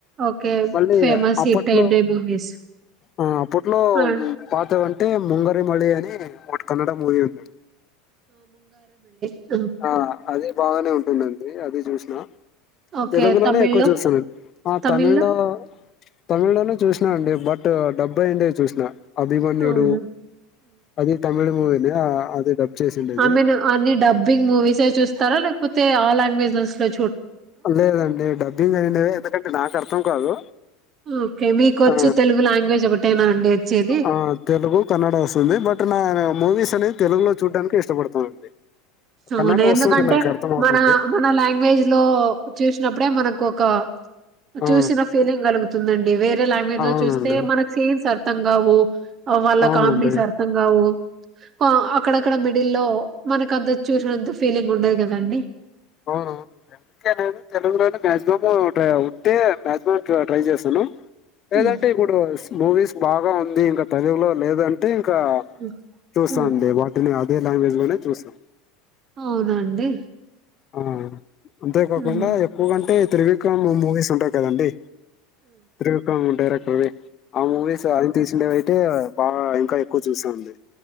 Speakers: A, on the right; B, on the left.
A: ఓకే.
B: మళ్ళీ
A: ఫేమస్
B: అప్పట్లో
A: హిట్ అయినయి మూవీస్.
B: ఆ అప్పట్లో
A: ఆ!
B: పాతవి అంటే ట్టే ముంగ పె మళ్లీ అని ఒకటి కన్నడ మూవీ ఉందండి
A: అ
B: ఆ అది బాగానే ఉంటుందండి అది చూసినా
A: ఓకే.
B: తెలుగులోనే
A: తమిళ్‌లో?
B: ఎక్కువ చూశాను ఆ
A: తమిళ్‌లో?
B: తమిళ్ లో తమిళ్ ల్లోనే చూసినా అండి బట్ డబ్బా ఏండే చూసినా అభిమన్యుడు
A: అవును.
B: అది తమిళ్ మూవీ ఇగ అది డబ్ చేసిండేది
A: ఆమెను అన్ని డబ్బింగ్ మూవీస్ సే చూస్తారా లేకపోతే ఆ లాంగ్వేజెస్ లో
B: లేదండి డబ్బింగ్ అయిండవి ఎందుకంటే నాకు అర్థం కాదు
A: ఓకే. మీకొచ్చి
B: ఆ
A: తెలుగు లాంగ్వేజ్ ఒకటేనా అండి వచ్చేది?
B: ఆ తెలుగు కన్నడ వస్తుంది బట్ నే న్ మూవీస్ అనేది తెలుగులో చూడనికి ఇష్టపడతానండి కన్నడ
A: అవునా ఎందుకంటే
B: వస్తుంది నాకు అర్థం అవుతుంది
A: మన మన లాంగ్వేజ్ లో చూసినప్పుడే మనక్ కొక
B: ఆ
A: చూసిన ఫేలింగ్ గల్ తుందండి వేర్ రే లాంగ్వేజ్
B: అవునండి
A: లో చూస్తే మనకు సిన్స్ అర్థం కావు వాళ్ళ
B: అవునండి
A: కామెడీస్ అర్థం కావు క అక్కడక్కడ మిడిల్ లో మనకంత చూసినంత ఫీలింగ్ ఉండదు కదండడి
B: అవునవునండి అందుకే నేను తెలుగులోనే మాక్సిమం ఉంటే మక్సిమం ట్రై చేస్తాను ఏదంటే
A: ఉమ్,
B: ఇప్పుడు మూవీస్ బాగా ఉంది ఇంక తెలుగులో లేదంటే ఇంకా
A: ఉమ్,
B: చూస్తాండి
A: ఉమ్.
B: వాటిని ఏ లాంగ్వేజ్లోనే చూస్తా
A: అవునండి
B: ఆ అంతే కాకుండా
A: ఆ,
B: ఎక్కువ కంటే త్రివిక్రమ్ మూవీస్ ఉంటాయి కదండి త్రివిక్రమ్ డైరెక్ టర్వీ ఆ మూవీస్ ఆయన తీసిండేవై అంటే బాగా ఇంకా ఎక్కువ చూస్తా అండి